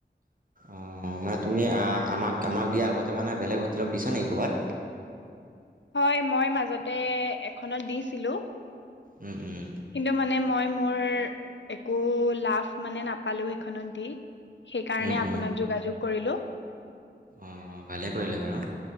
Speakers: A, on the right; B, on the left.
A: অ' মানে তুমি আমাক, আমাক দিয়া আগতে মানে বেলেগ হোটেলত দিছা নে কবাত?
B: হয় মই মাজতে এখনত দিছিলো।
A: উম, উম।
B: কিন্তু মানে মই মোৰ একো লাভ মানে নাপালো সেইখনত দি। সেইকাৰণে
A: উম উম
B: আপোনাক যোগাযোগ কৰিলো।
A: অঁ ভালেই কৰিলে বাৰু